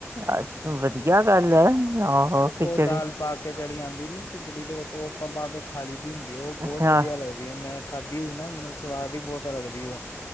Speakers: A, on the right; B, on the left.
A: ਅੱ ਵਧੀਆ ਗੱਲ ਹੈ। ਆਹੋ
B: ਉਹ
A: ਖਿਚੜੀ
B: ਦਾਲ ਪਾ ਕੇ ਜਿਹੜੀ ਆਉਦੀ ਨ ਖਿਚੜੀ ਦੇ ਵਿਚ ਉਹ ਆਪਾਂ ਪਾ ਕੇ ਖਾਲੀ ਦੀ ਹੁਦੀ, ਉਹ ਬਹੁਤ
A: ਅੱਛਾ
B: ਵਧੀਆ ਲਗਦੀ ਮੈਂ ਖਾਧੀ ਹੋਈ ਨਾ, ਮੈਨੂੰ ਸਵਾਦ ਹੀ ਬਹੁਤ ਲਗਦੀ ਉਹ